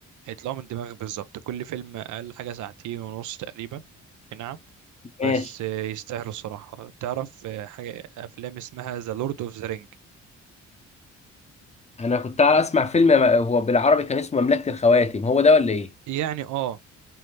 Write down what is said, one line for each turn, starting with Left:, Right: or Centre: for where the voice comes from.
Right: هيطلعوا من دماغك بالظبط كل فيلم اقل حاجه ساعتين ونص تقريبا نعم.
Left: ماشي
Right: بس يستاهلوا الصراحة تعرف حاجة أفلام اسمها ذا لورد اوف ذا رينج
Left: انا كنت على اسمع فيلم هو بالعربي كان اسمه مملكه الخواتم هو ده ولا ايه
Right: يعني اه